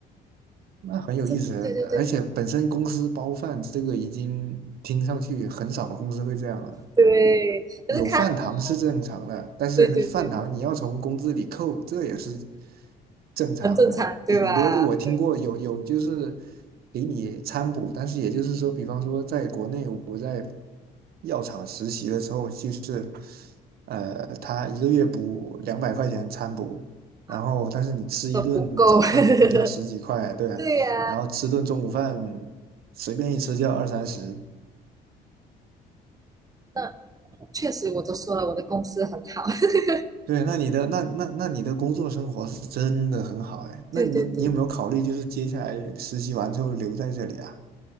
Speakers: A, on the right (about 65°); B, on the right (about 20°).
A: 那很有意思。
B: 这对对对
A: 而且本身公司包饭这个已经听上去很少公司会这样了。
B: 对，就是看哦，
A: 有饭堂是正常的，但是饭堂你要从工资里扣，
B: 对对对，
A: 这也是正常的。
B: 很正常对吧？
A: 顶多就我听过有有就是
B: 对
A: 给你餐补，但是也就是说，比方说在国内我在药厂实习的时候，就是呃，他一个月补两百块钱餐补，
B: 啊，
A: 然后但是你吃一顿早饭可能就要十几块，
B: 都不够，<laughs>
A: 对啊，
B: 对呀、
A: 然后吃顿中午饭随便一吃就要二三十。
B: 那确实我都说了，我的公司很好，<laughs>
A: 对，那你的那那那你的工作生活是真的很好哎，那你你有没有考虑就是接下来实习完之后留在这里啊？
B: 对对对，